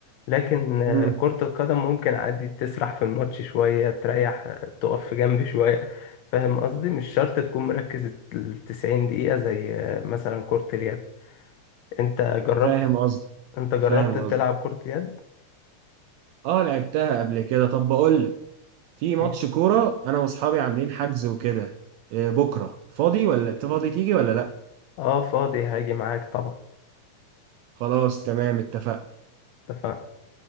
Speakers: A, on the left; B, on the right.
A: لكن آه،
B: امم
A: كرة القدم ممكن عادي تسرح في الماتش شوية تريح آه، تقف في جنب <laughs> شوية فاهم قصدي مش شرط تكون مركز التسعين دقيقة زي آه، مثلا كرة اليد انت جربت
B: فاهم قصدي
A: انت جربت
B: فاهم
A: تلعب
B: قصدي
A: كرة يد؟
B: اه لعبتها قبل كده طب بقول لك في ماتش
A: ايه
B: كورة انا واصحابي عاملين حجز وكده إيه، بكرة فاضي ولا انت فاضي تيجي ولا لا
A: اه فاضي هاجي معاك طبعا
B: خلاص تمام اتفقنا
A: اتفقنا